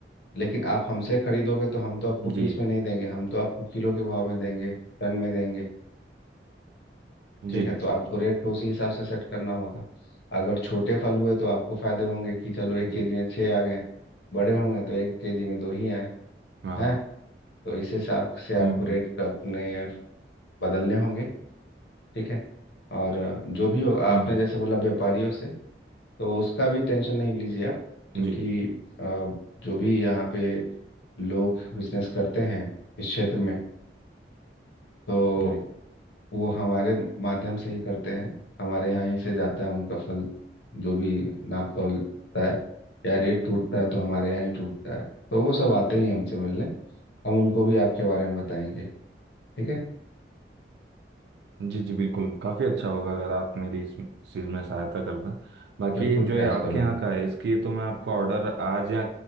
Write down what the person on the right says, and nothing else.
जी
जी
जी
जी
हाँ
हाँ
हम्म हम्म
हम्म हम्म,
जी
जी
जी जी बिल्कुल काफ़ी अच्छा होगा अगर आप मेरी इस चीज़ में सहायता कर दें बाकी
जो
ये आपके
यहाँ का है इसकी तो मैं आपको ऑर्डर आज या